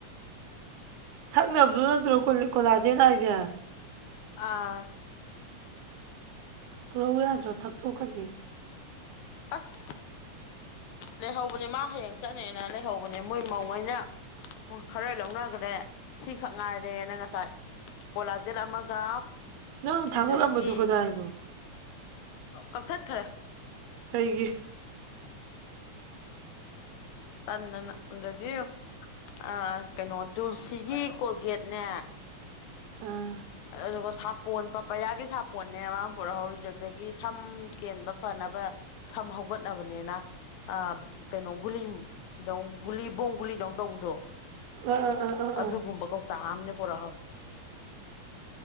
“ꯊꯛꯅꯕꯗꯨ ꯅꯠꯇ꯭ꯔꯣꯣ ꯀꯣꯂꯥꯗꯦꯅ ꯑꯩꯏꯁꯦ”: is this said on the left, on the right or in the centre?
Right